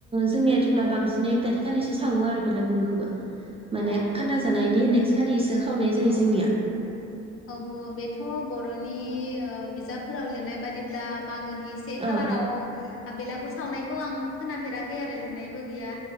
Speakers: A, on the right; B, on the left.
A: जोंनिया थेवब्लाबो
B: औ
A: बांसिन एक थारिक खालिसो सावो आरो बेलागुरुखौबो माने
B: अ
A: खाना जानायनि नेक्स खालिसो खावनाय जायो
B: अ
A: जोंनिया
B: औ बेथ' बर'नि ओ बिजाबफोराव लिरनाय बादिब्ला मागोनि से
A: औ
B: खालाराव
A: औ
B: बेलागुर सावनायखौ आं खोनाफेराखै आरो लिरनायबो गैया